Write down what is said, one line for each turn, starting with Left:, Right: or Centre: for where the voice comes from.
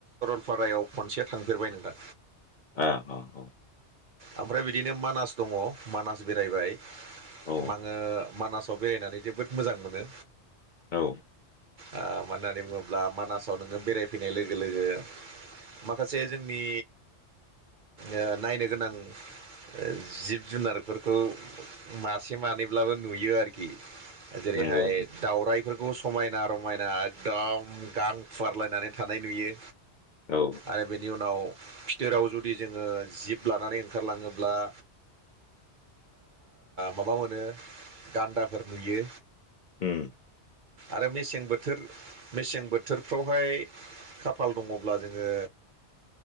Right: पारायाव खनसे थांफेरबाय नोंथां?
Left: ओ ह-ह
Right: ओमफ्राय बिदिनो मानास दङ मानास बेरायबाय
Left: औ
Right: माङो मानासाव बेरायनानै जोबोद मोजां मोनो
Left: औ
Right: ओ मानो होननानै बुङोब्ला मानासाव नोङो बेरायफैनाय लोगो-लोगो माखासे जोंनि ओ नायनो गोनां ओ जिब-जुनारफोरखौ मासे-मानैब्लाबो नुयो आरखि जेरैहाय
Left: नंगौ
Right: दावराय फोरखौ समायना रमायना एकदम गां खुवारलायनानै थानाय नुयो
Left: औ
Right: आरो बेनि उनाव फिथोराव जुदि जोङो जिब लानानै ओंखारलाङोब्ला ओ माबा मोनो गान्दाफोर नुयो
Left: उम
Right: आरो मेसें बोथोर-मेसें बोथोरफ्रावहाय खाफाल दङब्ला जोङो